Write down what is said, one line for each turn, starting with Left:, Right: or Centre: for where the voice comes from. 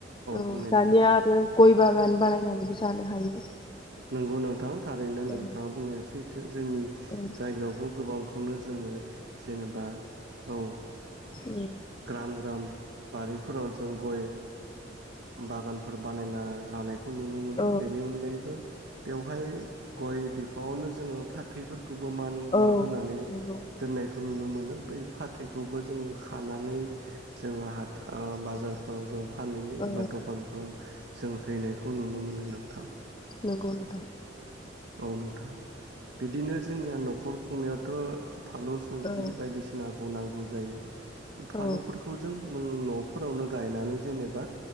Left: औ
Right: बुंनाय
Left: दानिया
Right: नोंथां
Left: आरो गय बागान बानायनानैबो जानो हायो
Right: नंगौ नोंथां थारैनो
Left: औ
Right: नोंथाङा बुंनाया सै जोंनि
Left: औ
Right: जायगायावबो गोबां खौनो जोङो जेनेबा औ।
Left: उम
Right: ग्राम ग्राम बारिफोराव जों गय बागान फोर बानायना लानाय खौ नुनो मोनो।
Left: औ
Right: बेनि अनगायैबो बेवहाय गय फावनो जोङो फाथैफोरखौ खौबो मानला
Left: औ
Right: होनानै
Left: नंगौ
Right: दोननायखौ नुनो मोनो। मोनो बै फाथैखौबो जोङो खानानै जोङो हा ओ बाजारफोराव जों फानहैयो
Left: औ
Right: एबा दखानफ्राव जों हैनायखौ नुनो मोनो ना?
Left: नंगौ नों
Right: औ नोंथां बिदिनो जोंनिया न'खर खुंनायावथ' फालौ संख्रि
Left: औ
Right: बायदिसिना खौ नांगौ जायो। फालौफोरखौ
Left: औ
Right: जों न'फोरावनो गायनानै जेनेबा